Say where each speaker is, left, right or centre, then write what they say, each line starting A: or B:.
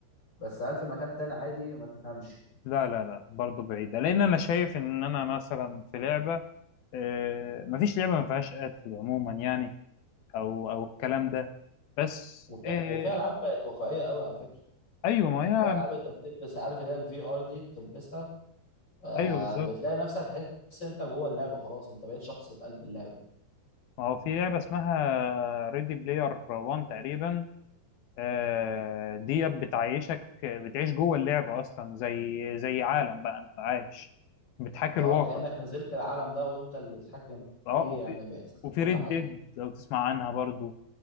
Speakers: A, on the left (about 25°); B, on the left (about 70°).
A: بس هل في مكان تاني عادي ما تفهمش
B: لا لا لا برضه بعيدة لأن أنا شايف إن أنا مثلا في لعبة آه، مفيش لعبة ما فيهاش قتل عموما يعني أو أو الكلام ده بس
A: وفي
B: آه،
A: وفي ألعاب بقت واقعية قوي على فكرة
B: أيوه ما
A: يعني
B: هي
A: في ألعاب أنت بتلبس عارف اللي هي الفي آر دي بتلبسها آه
B: أيوه بالظبط
A: بتلاقي نفسك تحس أنت جوه اللعبة خلاص أنت بقيت شخص في قلب اللعبة
B: ما هو في لعبة اسمها ريدي بلاير 1 تقريبا آه، دي بتعيشك بتعيش جوه اللعبة أصلا زي زي عالم بقى أنت عايش بتحاكي
A: اه
B: الواقع
A: كأنك نزلت العالم ده وانت اللي بتتحكم
B: أه
A: فيه
B: وفي
A: يعني باحساسك
B: وفي
A: وكل
B: ريد
A: حاجه
B: ديد لو تسمع عنها برضه